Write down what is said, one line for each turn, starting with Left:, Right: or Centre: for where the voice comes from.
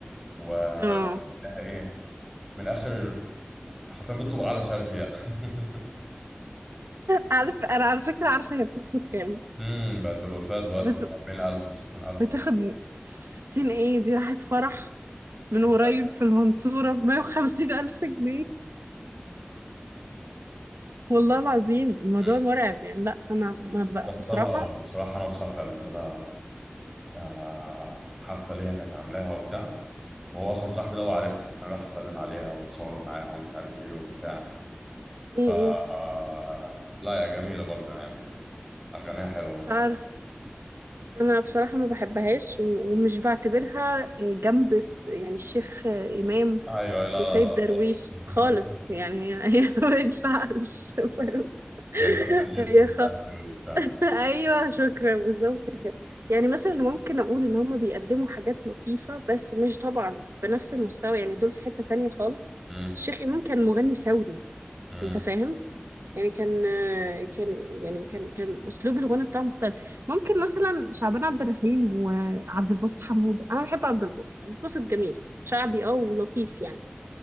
Centre: و
Right: اه
Centre: لها ايه من الاخر حرفيا بتطلب اعلى سعر فيها <laughs>
Right: عارف أنا على فكرة عارفة هي بتاخد كام
Centre: امم بقت بالالفات دلوقتي
Right: بت...
Centre: ب 40000 و60000
Right: بتاخد
Centre: ومش عارف
Right: ستين إيه دي راحت فرح من
Centre: إيه.
Right: قريب في المنصورة بمية وخمسين ألف جنيه والله العظيم الموضوع
Centre: مم.
Right: مرعب يعني لا انا ما ب...
Centre: حضرت
Right: بصراحه
Centre: لها بصراحه انا وصاحبي قبل كده آه، حفله ليها كانت عاملاها وبتاع وهو اصلا صاحبي ده هو عارفها حرفيا راح سلم عليها وتصور معاها ومش عارف ايه وبتاع
Right: م- م.
Centre: ف آه، لا يا جميله برضو يعني اغانيها حلوه
Right: مش
Centre: مش
Right: عارف
Centre: فاهم
Right: انا بصراحه ما بحبهاش و... ومش بعتبرها آه، جنب س- يعني الشيخ آه، امام
Centre: ايوه لا
Right: وسيد
Centre: لا لا
Right: درويش
Centre: خالص
Right: خالص
Centre: <laughs>
Right: يعني هي هي <laughs> ما ينفعش فاهم
Centre: كان بالليس
Right: هي
Centre: ومش
Right: خ...
Centre: عارف ايه وبتاع
Right: ايوه شكرا بالظبط كده يعني مثلا ممكن اقول ان هم بيقدموا حاجات لطيفه بس مش طبعا بنفس المستوى يعني دول في حته تانية خالص
Centre: مم.
Right: الشيخ امام كان مغني ثوري
Centre: مم.
Right: انت فاهم يعني كان كان يعني كان كان اسلوب الغنى بتاعه مختلف ممكن مثلا شعبان عبد الرحيم وعبد الباسط حمود انا بحب عبد الباسط عبد الباسط جميل شعبي اه ولطيف يعني